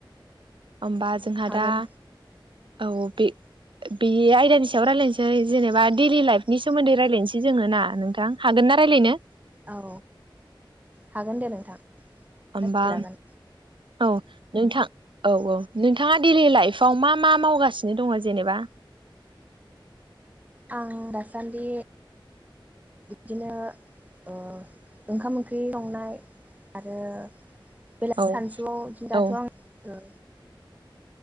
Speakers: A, on the right (about 70°); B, on the right (about 20°).
A: होमबा जोंहा
B: हागोन
A: दा औ बे बे आयदानि सायाव रायलायनोसै जेनेबा डेइलि लाइफनि सोमोन्दै रायलायनोसै जोङो ना नोंथां हागोन ना रायलायनो?
B: औ हागोन दे नोंथां।
A: होमबा
B: रायज्लायजागोन
A: औ नोंथां औ औ नोंथाङा डेइलि लाइफाव मा मा मावगासिनो दङ' जेनेबा?
B: आं दासान्दि बिदिनो ओ ओंखाम ओंख्रि संनाय आरो बेला
A: औ
B: सानसुआव दाथ'
A: औ
B: आं ओ